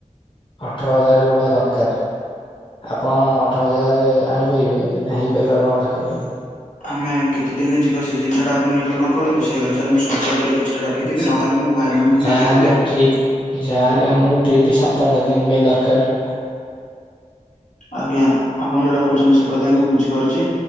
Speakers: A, on the left; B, on the left.
A: ଅଠର ହଜାର ଭଳିଆ ଦରକାର। ଆପଣ ଅଠର ହଜାର ଆଣିପାରିବେ ନା ହେଇପାରିବ ଆପଣଙ୍କ ପାଖେରେ?
B: ଆମେ କେତେ ଦିନରେ ଯିବା ସେ ଜିନିଷ ଟା ଆପଣ ନିରୂପଣ କରନ୍ତୁ ସେଇ ଅନୁସାରେ ମୁଁ ସଞ୍ଚୟ କରି କିଛିଟା ର ଖିଥିବି
A: ଆଛା
B: ନହେଲେ ମୁଁ ଭାଇମାନଙ୍କୁ
A: ଯାହାହେଲେ
B: ମାଗିଦେବି ଆଉ କଣ
A: ଟ୍ରିପ୍
B: କହୁଛନ୍ତି?
A: ଯାହାହେଲେ ଆମକୁ ଡିଉଟି ସାତ ଆଠ ଦିନ ପାଇଁ ଦରକାର।
B: ଆଜ୍ଞା ଆପଣ ଯୋଉଟା କହୁଛନ୍ତି ସେ କଥା ବି ମୁଁ ବୁଝିପାରୁଛି